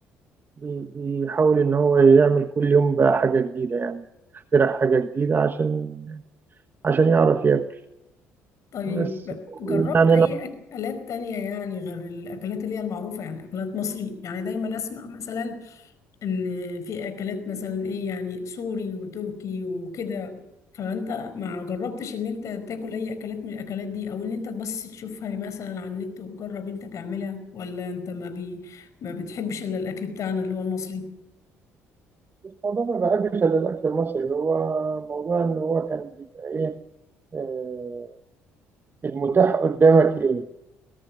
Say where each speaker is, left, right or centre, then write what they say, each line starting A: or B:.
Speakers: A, on the right; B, on the left.
A: بي- بيحاول إن هو يعمل كل يوم بقى حاجة جديدة يعني يخترع حاجة جديدة عشان عشان يعرف ياكل
B: طيب
A: بس
B: جربت
A: يعني
B: أي
A: أنا
B: أكلات تانية يعني غير الأكلات اللي هي المعروفة يعني أكلات مصري يعني دايما أسمع مثلا إن في أكلات مثلا إيه يعني سوري وتركي وكده فأنت ما جربتش إن أنت تاكل أي أكلات من الأكلات دي أو إن أنت بس تشوفها مثلا على النت وتجرب أنت تعملها ولا أنت ما بي ما بتحبش إلا الأكل بتاعنا اللي هو المصري
A: الموضوع ما بحبش إلا الأكل المصري هو موضوع إن هو كان بيبقى إيه آه، المتاح قدامك إيه